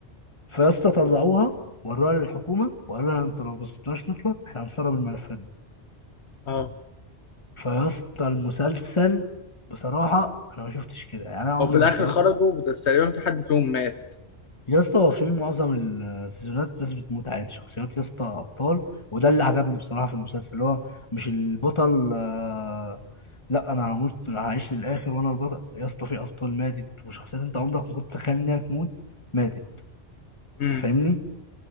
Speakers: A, on the left; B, on the left.
A: فيا اسطى طلعوها وروها للحكومه وقالوا لها انتوا لو ما سبتوناش نطلع احنا هنسرب الملفات دي
B: اه
A: فيا اسطى المسلسل بصراحه انا ما شفتش كده يعني انا عمري
B: هو في الاخر
A: ما اتفرجت
B: خرجوا بس تقريبا في حد فيهم مات
A: يا اسطى هو في معظم السيزونات ناس بتموت عادي شخصيات يا اسطى ابطال وده اللي عجبني بصراحه في المسلسل اللي هو مش البطل آه، لا انا هموت هعيش للاخر وانا البطل يا اسطى في ابطال ماتت وشخصيات انت عمرك ما كنت تتخيل انها تموت ماتت
B: امم
A: فاهمني